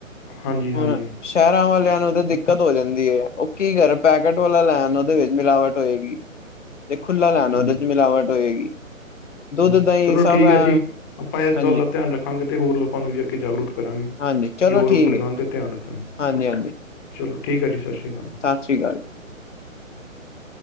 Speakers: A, on the left; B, on the left.
A: ਹਾਂਜੀ ਹਾਂਜੀ
B: ਹੁਣ ਸ਼ਹਿਰਾਂ ਵਾਲਿਆਂ ਨੂੰ ਦਿੱਕਤ ਹੋ ਜਾਂਦੀ ਹੈ। ਉਹ ਕੀ ਕਰ ਪੈਕਟ ਵਾਲਾ ਲੈਣ ਉਹਦੇ ਵਿੱਚ ਮਿਲਾਵਟ ਹੋਏਗੀ। ਤੇ ਖੁਲਾ ਲੈਣਾ
A: ਹਾਂਜੀ
B: ਉਹਦੇ ਚ ਮਿਲਾਵਟ ਹੋਏਗੀ। ਦੁੱਧ
A: ਹਾਂਜੀ
B: ਦਹੀਂ
A: ਚਲੋ
B: ਸਭ
A: ਠੀਕ
B: ਐ
A: ਹੈ ਜੀ ਆਪਾਂ ਇਸ
B: ਹਾਂਜੀ
A: ਗੱਲ ਦਾ ਧਿਆਨ ਰੱਖਾਂਗੇ ਤੇ, ਹੋਰ ਲੋਕਾਂ ਨੂੰ ਵੀ ਅ ਕੇ ਜਾਗਰੂਕ ਕਰਾਂਗੇ।
B: ਹਾਂਜੀ ਚਲੋ
A: ਕਿ ਉਹ
B: ਠੀਕ
A: ਰੁੱਖ ਲਗਾਉਣ
B: ਹੈ ਜੀ
A: ਤੇ ਧਿਆਨ ਰੱਖਣ
B: ਹਾਂਜੀ ਹਾਂਜੀ
A: ਚਲੋ ਠੀਕ ਹੈ। ਜੀ ਸਤਿ ਸ੍ਰੀ ਅਕਾਲ।
B: ਸਤਿ ਸ਼੍ਰੀ ਅਕਾਲ।